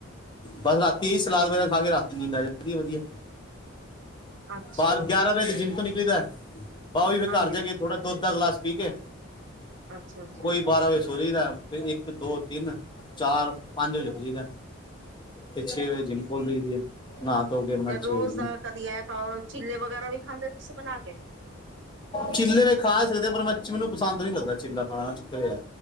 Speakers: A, on the left; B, on the right.
A: ਬਸ ਰਾਤੀ ਸਲਾਦ ਵਗੈਰਾ ਖਾ ਕੇ ਰਾਤੀ ਨੀਂਦ ਆ ਜਾਂਦੀ ਵਧੀਆ।
B: ਅੱਛਾ
A: ਬਾਰ ਗਿਆਰਾਂ ਵਜੇ ਤੇ ਜਿੰਮ ਤੋਂ ਨਿਕਲੀਦਾ ਹੋਰ
B: ਹਾਂਜੀ
A: ਘਰ ਜਾ ਕੇ ਥੋੜਾ ਦੁੱਧ ਦਾ ਗਲਾਸ ਪੀ ਕੇ
B: ਅੱਛਾ ਅੱਛਾ
A: ਓਹੀ ਬਾਰਾਂ ਵਜੇ ਸੋ ਜਾਈਦਾ। ਫਿਰ ਇੱਕ ਦੋ ਤਿੰਨ ਚਾਰ ਪੰਜ ਵਜੇ ਉੱਠ ਜਾਈਦਾ। ਤੇ ਛੇ ਵਜੇ ਜਿੰਮ ਖੋਲ ਲਈ ਦੀ ਹੈ ਨਾਤ ਤੋ ਕੇ ਆਪਣਾ
B: ਫ ਰੋਜ਼
A: ਵਜੇ ਜਿੰਮ
B: ਦਾ ਕਦੀ ਇਹ ਖਾਓ ਚੀਲੇ ਵਗੈਰਾ ਵੀ ਖਾਂਦੇ ਤੁਸੀਂ ਬਣਾ ਕੇ <inaudible>
A: ਚਿੱਲੇ ਵੀ ਖਾ ਸਕਦੇ ਆ ਪਰ ਮੀ ਮੈਨੂੰ ਪਸਦ ਨਹੀਂ ਲੱਗਦਾ ਚਿੱਲਾ ਖਾਣਾ ਚੁੱਕਰ